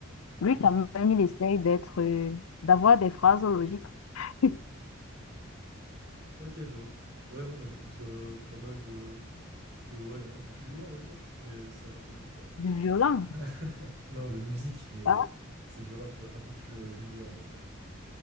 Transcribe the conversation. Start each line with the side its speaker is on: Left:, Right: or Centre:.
Left: Lui,
Right: Ok,
Left: quand même, il essaye d'être, euh, d'avoir des phrases logiques, <laughs>
Right: Ok, je vois. Ouais, non, moi j'écoute euh, pas mal de. de ouais, un peu plus violent, on va dire, mais ça va quand même, quoi.
Left: du violent,
Right: <laughs> Non, de musique, mais
Left: hein,
Right: c'est du rap un peu plus euh, vulgaire, on va dire.